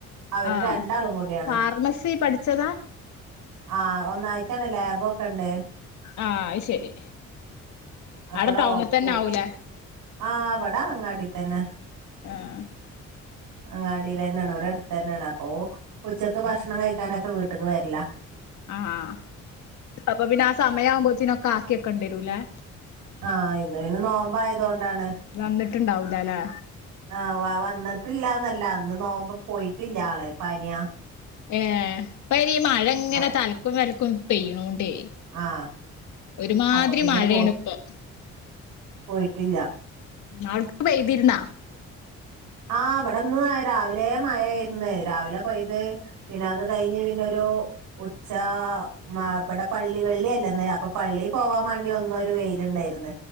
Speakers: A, on the right; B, on the left.
A: അവര്
B: ആ
A: രണ്ടാളും കൂടിയാണ്.
B: ഫാർമസി പഠിച്ചതാ
A: ആഹ ഒന്നായിട്ടാണ് ലാബുയൊക്ക ഒണ്ട്
B: ആ അത് ശരി
A: പപ്പടോം
B: അവിടെ ടൗണിൽ
A: ഉപ്പും
B: തന്നെ ആവൂലേ
A: ആ അവിടാ അങ്ങാടി തന്നെ
B: ആഹ്
A: അങ്ങാടിൽ തന്നെയാണ് ഇവിടെ അടുത്ത് തന്നെയാണ് അപ്പൊ ഉച്ചക്ക് ഭക്ഷണം കഴിക്കാനൊക്കെ വീട്ടക്ക് വരില്ല
B: ആഹ് അപ്പൊ പിന്നെ ആ സമയ ആവുമ്പോ കൊച്ചിന് ഒക്കെ ആക്കി വെക്കേണ്ട വരുവല്ലോയില്ലേ
A: ആഹ് ഇന്ന് പിന്നെ നോമ്പായതോണ്ട് എന്താണ്
B: വന്നിട്ടുണ്ടാവൂലല്ലേ
A: ആ വ വന്ന് ഇട്ടില്ലാന്ന് അല്ല അന്ന് നോമ്പ് പോയിട്ടില്ല ആള് പനിയ-
B: ഏ അപ്പ ഇനി മഴ ഇങ്ങനെ
A: ആ
B: തലക്കും വലക്കും- പെയ്യണോണ്ടേ
A: ആ
B: ഒരുമാതിരി
A: അപ്പൊ പിന്നെ
B: മഴയാണ്
A: പോ
B: ഇപ്പൊ
A: പോയിട്ടില്ല
B: ആവിടെക്ക് പെയ്തിരുന്നാ
A: ആഹ് ഇവിടെ ഇന്ന് രാവിലെ മഴ ആയിരുന്നു രാവിലെ പെയത് പിന്നെ അത് കഴിഞ്ഞ് പിന്നെ ഒരു- <unintelligible> പള്ള വള്ളല്ല പ പോൻ വണ്ട വെയില് ഉണ്ടായിരുന്നു